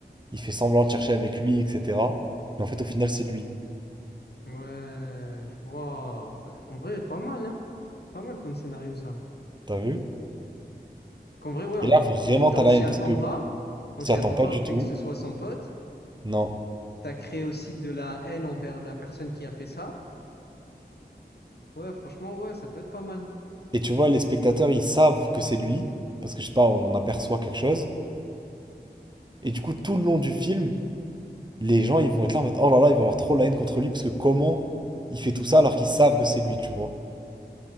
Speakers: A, on the right; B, on the left.
A: Il fait semblant de chercher avec lui, etc. Mais en fait, au final, c'est lui.
B: Ouais, je vois. Bah, En vrai, pas mal, hein. Pas mal comme scénario, ça.
A: T'as vu?
B: Qu'en vrai, ouais, on
A: Et là,
B: peut
A: vraiment,
B: pas.
A: t'as
B: On
A: la
B: s'y
A: haine
B: attend
A: parce que
B: pas. On
A: ça
B: s'y
A: attend
B: attend
A: pas
B: pas
A: du
B: au fait
A: tout.
B: que ce soit son pote.
A: Non.
B: T'as créé aussi de la haine envers la personne qui a fait ça. Ouais, franchement, ouais, ça peut être pas mal.
A: Et tu vois, les spectateurs, ils savent que c'est lui. Parce que je sais pas, on aperçoit quelque chose. Et du coup, tout le long du film, les gens, ils vont être là en mode, oh là là, il va avoir trop la haine contre lui. Parce que comment il fait tout ça alors qu'ils savent que c'est lui, tu vois?